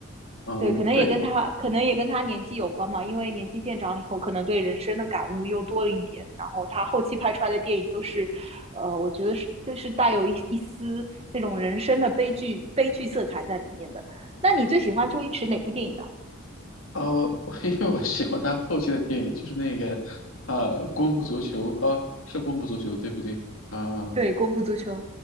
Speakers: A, on the left; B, on the right.
A: 嗯，
B: 对，可能也跟他，
A: 对，
B: 可能也跟他年纪有关嘛，因为年纪渐长了以后，可能对人生的感悟又多了一点。然后他后期拍出来的电影都是，呃，我觉得是都是带有一一丝那种人生的悲剧悲剧色彩在里面的。那你最喜欢周星驰哪部电影呢？
A: 哦，<laughs> 我因为我喜欢他后期的电影，就是那个啊，功夫足球》啊，是《功夫足球》对不对？啊，
B: 对，《功夫足球》